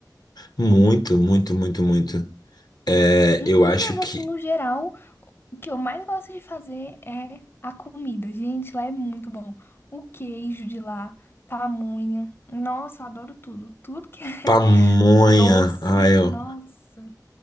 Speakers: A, on the left; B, on the left.
A: Muito, muito, muito, muito. É,
B: Em
A: eu
B: Minas,
A: acho que
B: assim, no geral, o que eu mais gosto de fazer é a comida. Gente, lá é muito bom. O queijo de lá, pamonha. Nossa, eu adoro tudo. Tudo que é <laughs>
A: pamonha.
B: doce,
A: ah eu,
B: nossa.